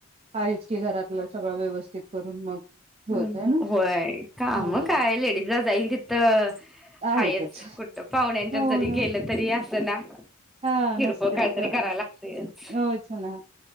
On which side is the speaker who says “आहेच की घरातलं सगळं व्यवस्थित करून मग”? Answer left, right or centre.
Right